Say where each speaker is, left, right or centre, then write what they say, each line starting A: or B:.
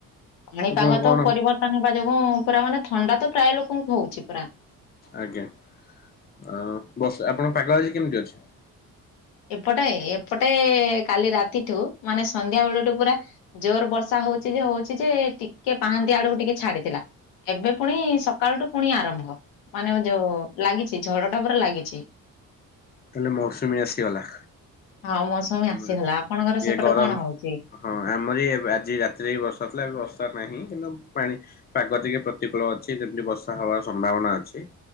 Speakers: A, on the left; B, on the left.
A: ପାଣିପାଗ
B: ଆପଣ କଣ
A: ତ ପରିବର୍ତ୍ତ ପାନିପା ଯୋଗୁଁ ପୁରା ମାନେ ଥଣ୍ଡା ତ ପ୍ରାୟ ଲୋକଙ୍କୁ ହଉଛି ପୁରା
B: ଆଜ୍ଞା ଅ ବସ୍ ଆପଣଙ୍କ ପାଗ ଆଜି କେମିତି ଅଛି?
A: ଏପଟେ ଏପଟେ କାଲି ରାତିଠୁ ମାନେ ସନ୍ଧ୍ୟା ବେଳଠୁ ପୁରା ଜୋର ବର୍ଷା ହଉଛି ଯେ ହଉଛି ଯେ ଟିକେ ପାହାନ୍ତି ଆଡକୁ ଟିକେ ଛାଡିଥିଲା। ଏବେ ପୁଣି ସକାଳଠୁ ପୁଣି ଆରମ୍ଭ ମାନେ ଯୋଉ ଲାଗିଛି ଝଡ ଟା ପୁରା ଲାଗିଛି
B: ତାହେଲେ ମୌସୁମୀ ଆସିଗଲା।
A: ହଁ ମୌସୁମୀ
B: ଆମର
A: ଆସିଗଲା ଆପଣଙ୍କର
B: ଇଏ
A: ସେପଟେ
B: ଗରମ
A: କଣ ହଉଛି?
B: ହଁ ଆମର ଏଇ ଏବେ ଆଜି ରାତିରେ ବି ବର୍ଷା ହଉଥିଲା ଏବେ ବର୍ଷା ନାହିଁ କିନ୍ତୁ ପାଣି ପାଗ ତିକେ ପ୍ରତିକୂଳ ଅଛି ଯେମିତି ବର୍ଷା ହବାର ସମ୍ଭାବନା ଅଛି।